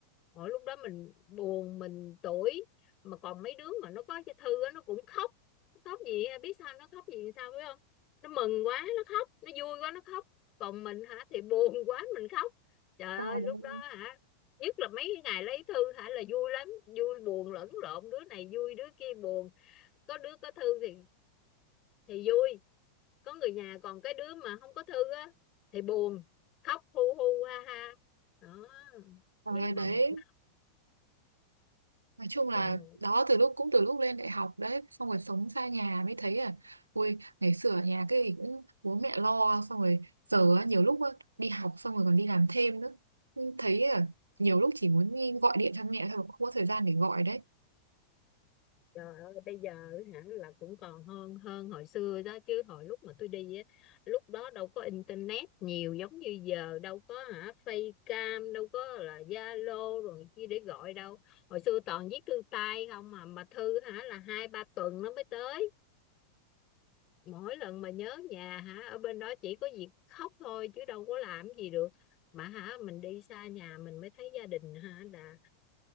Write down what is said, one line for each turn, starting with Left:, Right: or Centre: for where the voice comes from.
Left: mỗi lúc đó mình buồn mình tủi mà còn mấy đứa mà nó có thư á nó cũng khóc nó khóc gì biết sao nó khóc gì sao phải không nó mừng quá nó khóc nó vui quá nó khóc còn mình hả thì buồn <laughs> quá mình khóc trời
Right: trời
Left: ơi lúc
Right: ơi,
Left: đó hả nhất là mấy cái ngày lấy thư hả là vui lắm vui buồn lẫn lộn đứa này vui đứa kia buồn có đứa có thư thì thì vui có người nhà còn cái đứa mà không có thư á thì buồn khóc hu hu ha ha đó
Right: trời
Left: nhưng
Right: ơi đấy.
Left: mà một năm
Right: nói chung là
Left: còn
Right: đó từ lúc cũng từ lúc lên đại học đấy xong rồi sống xa nhà mới thấy à ui ngày xưa ở nhà cái gì cũng bố mẹ lo xong rồi giờ á, nhiều lúc á, đi học xong rồi còn đi làm thêm nữa Nhưng thấy à nhiều lúc chỉ muốn đi gọi điện cho mẹ thôi mà không có thời gian để gọi đấy
Left: trời ơi bây giờ hả là cũng còn hơn hơn hồi xưa đó chứ hồi lúc mà tôi đi á lúc đó đâu có internet nhiều giống như giờ đâu có hả Facecam đâu có là Zalo rồi kia để gọi đâu hồi xưa toàn viết thư tay không mà mà thư hả là hai ba tuần nó mới tới mỗi lần mà nhớ nhà hả ở bên đó chỉ có việc khóc thôi chứ đâu có làm gì được mà hả mình đi xa nhà mình mới thấy gia đình hả là